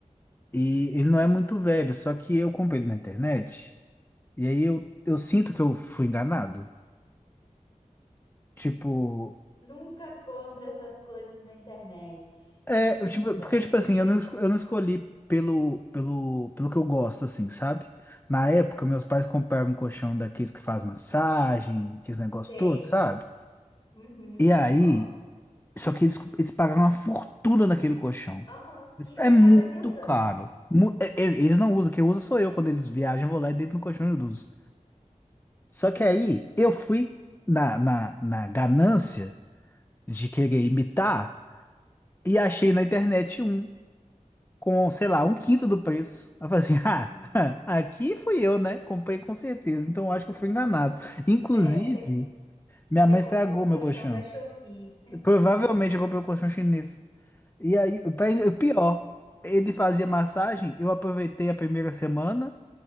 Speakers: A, on the left (about 15°); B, on the left (about 35°).
A: E ele não é muito velho, só que eu comprei ele na internet. E aí eu, eu sinto que eu fui enganado. Tipo,
B: Nunca compra essas coisas na internet.
A: é,
B: Nunca.
A: eu, tipo, porque, tipo assim, eu não, esco- eu não escolhi pelo, pelo, pelo que eu gosto, assim, sabe? Na época, meus pais compraram um colchão daqueles que faz massagem, aqueles negócios
B: Tem.
A: todos, sabe?
B: Uhum,
A: E aí,
B: ele é bom.
A: só que eles, eles pagaram uma fortuna naquele colchão.
B: Aham. E você
A: É
B: acaba
A: muito
B: nem usando.
A: caro. Mu- é- é- Eles não usam, quem usa sou eu. Quando eles viajam, eu vou lá e deito no colchão e eu uso. Só que aí eu fui na, na, na ganância de querer imitar e achei na internet um com, sei lá, um quinto do preço. Aí Eu falei assim, <laughs> ah,
B: Nossa.
A: aqui fui eu, né? Comprei com certeza, então acho que eu fui enganado. Inclusive,
B: É, você
A: minha
B: você
A: mãe
B: compra
A: estragou
B: o colchão
A: meu colchão.
B: da Shopee.
A: Provavelmente eu comprei o colchão chinês. E aí, o pai- o pior, ele fazia massagem, eu aproveitei a primeira semana.